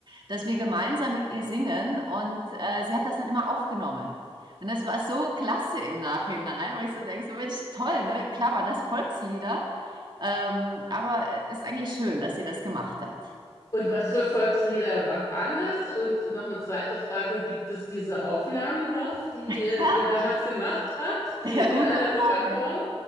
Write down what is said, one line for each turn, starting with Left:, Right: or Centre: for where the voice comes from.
Right: dass wir gemeinsam mit ihr singen. Und äh, sie hat das dann immer aufgenommen. Und das war so klasse im Nachhinein, wo ich so denke, so Mensch, toll, ne? Klar waren das Volkslieder, ähm, aber ist eigentlich schön, dass sie das gemacht hat.
Left: Und was für Volkslieder waren das? Und noch eine zweite Frage, gibt es diese Aufnahmen noch, die
Right: <laughs>
Left: äh, ihr damals gemacht habt,
Right: Ja, gute
Left: in analoger
Right: Frage.
Left: Form?